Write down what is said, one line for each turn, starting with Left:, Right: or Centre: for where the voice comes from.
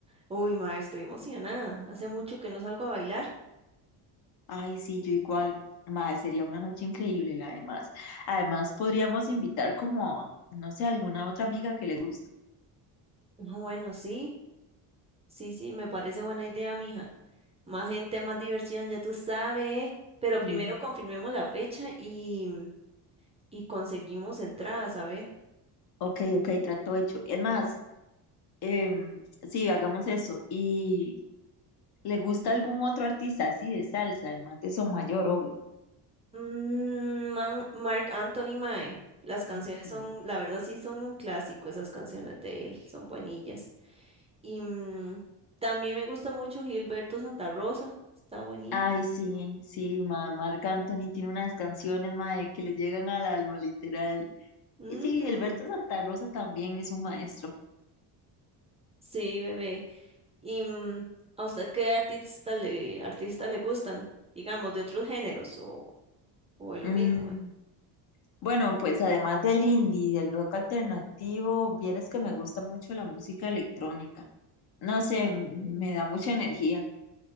Right: Uy, mae, estoy emocionada. Hace mucho que no salgo a bailar.
Left: Ay, sí, yo igual. Madre, sería una noche increíble, la además. Además, podríamos invitar como, no sé, alguna otra amiga que le guste.
Right: No, Bueno, sí, sí, sí, me parece buena idea, mija. Más gente, más diversión, ya tú sabes. Pero primero
Left: Sí.
Right: confirmemos la fecha y, y conseguimos entradas, a ver.
Left: Ok, ok, trato hecho. Es más, em, sí, hagamos eso. ¿Y le gusta algún otro artista así de salsa, además de Mayor, obvio?
Right: Mm, Man, Marc Anthony Mae. Las canciones
Left: Ujú.
Right: son, la verdad sí son un clásico, esas canciones de él, son buenillas. Y mm, también me gusta mucho Gilberto Santa Rosa, está buenillo.
Left: Ay, sí, sí, ma, Marc Anthony tiene unas canciones, mae, que le llegan al alma, literal.
Right: Ujú,
Left: Y sí, Gilberto Santa Rosa también es un maestro.
Right: Sí, bebé. ¿Y mm, a usted qué artista le, artista le gustan? Digamos, de otros géneros o, o de lo
Left: Mm,
Right: mismo. eh?
Left: Bueno, pues además del indie y del rock alternativo, vieras que me gusta mucho la música electrónica. No sé, m- me
Right: Mm,
Left: da mucha energía.